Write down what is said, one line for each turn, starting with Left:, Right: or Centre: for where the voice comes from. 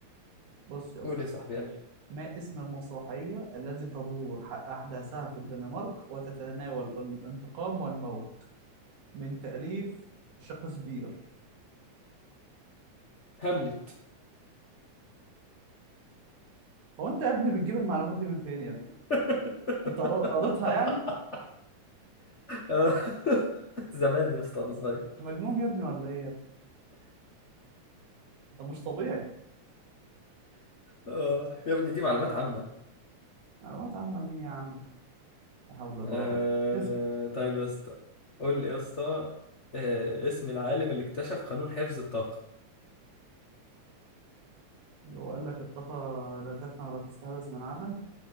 Right: بص يا اسطى
Left: قول يا صاحبي يلا
Right: ما اسم المسرحية التي تدور ح- أحداثها في الدنمارك وتتناول الانتقام والموت من تأليف شكسبير
Left: هاملت
Right: هو أنت يا ابني بتجيب المعلومات دي من فين يا ابني
Left: <laughs>
Right: أنت قرا- قريتها يعني
Left: آه. زمان يا اسطى انا صغير
Right: أنت مجنون يا ابني ولا إيه يا ابني أنت مش طبيعي
Left: آه. يا ابني دي معلومات عامه
Right: معلومات عامة مين يا عم؟ لا حول الله
Left: آه.
Right: يا رب اسأل
Left: طيب يا اسطى قول لي يا اسطى آه. اسم العالم اللي اكتشف قانون حفظ الطاقه
Right: اللي هو قال لك الطاقة لا تفنى ولا تستحدث من عدم